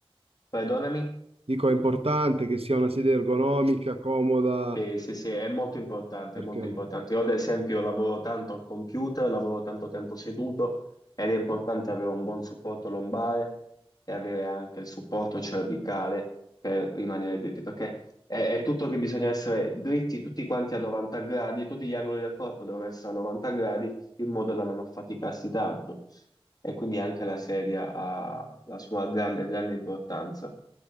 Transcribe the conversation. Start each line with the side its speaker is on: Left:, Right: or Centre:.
Left: perdonami.
Right: Dico, è importante che sia una sedia ergonomica, comoda,
Left: Sì, sì, sì, è molto importante,
Right: perché...
Left: è molto importante. Io ad esempio lavoro tanto al computer, lavoro tanto tempo seduto ed è importante avere un buon supporto lombare e avere anche il supporto cervicale per rimanere dritti, perché è, è tutto che bisogna essere dritti tutti quanti a 90 gradi, tutti gli angoli del corpo devono essere a 90 gradi in modo da non affaticarsi tanto. E quindi anche la sedia ha la sua grande, grande importanza.